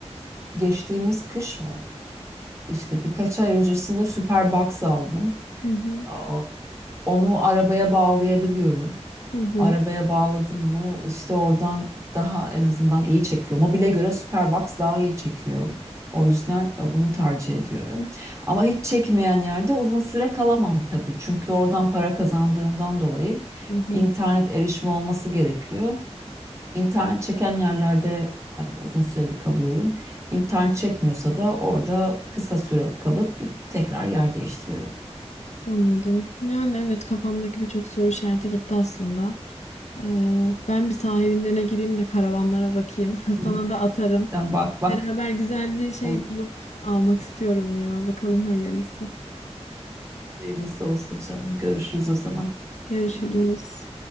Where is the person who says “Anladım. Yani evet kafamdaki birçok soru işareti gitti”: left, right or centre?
Left